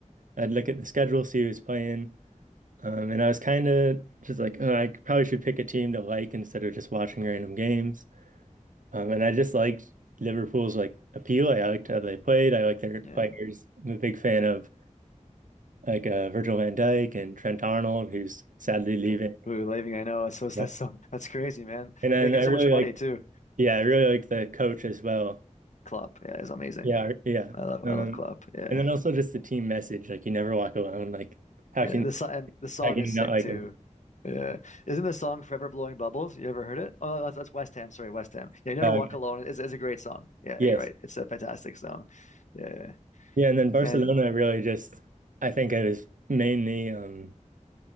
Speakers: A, on the right; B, on the left.
A: I'd look at the schedule, see who's playing. Um, and I was kind of just like, oh, I probably should pick a team to like instead of just watching random games. Um, and I just liked Liverpool's like appeal. I liked how they played. I like their players.
B: Yeah,
A: I'm a big fan of like uh, Virgil van Dijk and Trent Arnold, who's sadly leaving.
B: Ooh, Levy, I know. <laughs> So that's
A: Yeah.
B: so that's crazy, man.
A: And then
B: You're making
A: I
B: so
A: really
B: much money
A: like,
B: too.
A: yeah, I really like the coach as well.
B: Klopp, yeah, is amazing.
A: Yeah, yeah.
B: I love
A: Um,
B: I love Klopp. Yeah.
A: and then also just the team message, like you never walk alone. Like how
B: Yeah,
A: can
B: the song and the song
A: how can
B: is
A: you
B: sick
A: not like
B: too.
A: him?
B: Yeah, isn't the song "Forever Blowing Bubbles"? You ever heard it? Oh, no, that's, that's West Ham. Sorry, West Ham. Yeah, "Never
A: Oh,
B: Walk
A: okay.
B: Alone" is is a great song. Yeah,
A: Yes.
B: you're right. It's a fantastic song. Yeah,
A: Yeah, and then Barcelona
B: yeah. and
A: really just, I think I was mainly um